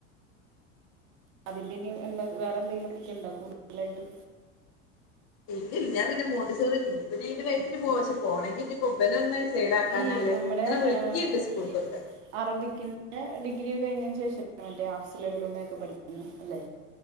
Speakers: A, on the right (about 60°); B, on the left (about 40°).
A: അതിന്റെ ഇ വേറെ എന്തെങ്കിലും വിളിക്കണ്ടോ കൂടുതലായിട്ട്
B: ഇല്ലില്ല ഞാ പിന്നെ മണ്ടിൂർ ഇപ്പ നഞീ വെക്കില് പോ പക്ഷെ പോണെങ്കിൽനി കുമബന ഒന്നെ സൈഡ ആക്കാഞ്ഞാല്
A: ഈ നമ്മുടെ
B: ഇങ്ങനെ വിളിക്കിണ്ട്
A: ആഹ്
B: സ്കൂൾക്കൊക്കെ
A: അറബിക്കിന്റെ ഡിഗ്രി കഴിഞ്ഞതിന് ശേഷം മറ്റേ ആഫ്സലുകളിലമ്മയൊക്കെ പഠിക്കുന്നു അല്ലേ